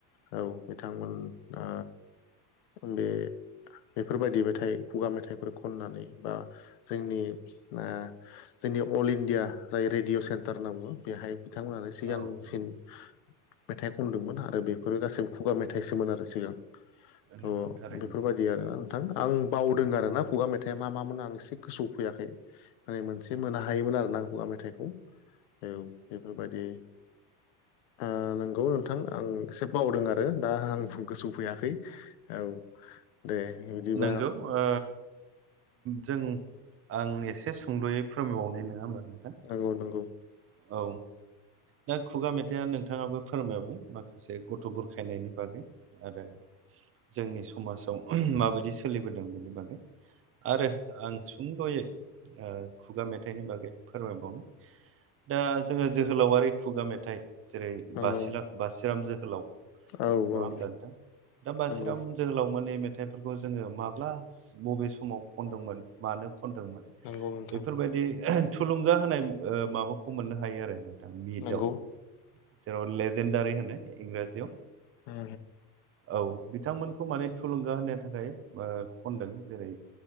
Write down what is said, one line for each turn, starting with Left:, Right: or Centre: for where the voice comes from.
Left: औ बिथांमोना ओ बे बेफोरबायदि मेथाइ खुगा मेथाइफोर खननानै बा जोंनि ओ जोंनि अल इण्डिया जाय रेडिय' सेन्टार होनना बुङो बेहाय बिथांमोनानो सिगांसिन
Right: औ नंगौ
Left: मेथाइ खनदोंमोन आरो बे फोरो गासैबो खुगा मेथाइसोमोन आरो सिगां
Right: नंगौ
Left: अ
Right: थारैनो
Left: बेफोरबाय दि आरोना नोंथां आं बावदों आरोना खुगा मेथाइआ मा मा मोन आं एसे गोसोआव फैयाखै। माने मोनसे मोननो हायोमोन आरोना खुगा मेथाइखौ। औ बेफोरबायदि ओ नंगौ नोंथां आं एसे बावदों आ रो दा आं गोसोआव फैयाखै औ दे बिदिबा
Right: नंगौ ओ जों आं एसे सुंद'यै फोरमायबावनि नङा ओमबा नोंथां।
Left: नंगौ नंगौ
Right: औ दा खुगा मेथाइआ नोंथाङाबो फोरमायबाय माखासे गथ' बुरखायनायनि बागै। आरो जोंनि समाजाव माबायदि सोलिबोदों बेनि बागै। आरो आं सुंद'यै ओ खुगा मेथाइनि बागै फोरमायबावनि। दा जोङो जोहोलावारि खुगा मेथाइ जेरै
Left: नंगौ
Right: बासि बासिराम जोहोलाव।
Left: औ
Right: नङा
Left: औ
Right: ओमब्ला नोंथां दा बासिराम
Left: नंगौ
Right: जोहोलावमोननि मेथाइफोरखौ जोङो माब्ला बबे समाव खनदोंमोन मानो खनदोंमोन
Left: नंगौ नोंथां
Right: बेफोरबायदि थुलुंगा होनाय माबाखौ मोननो हायो आरो नोंथां बिटआव
Left: नोंगौ
Right: जेराव लेजेन्डारि होनो इंराजियाव
Left: उम
Right: औ बिथांमोनखौ माने थुलुंगा होनो थाखाय खनदों जेरै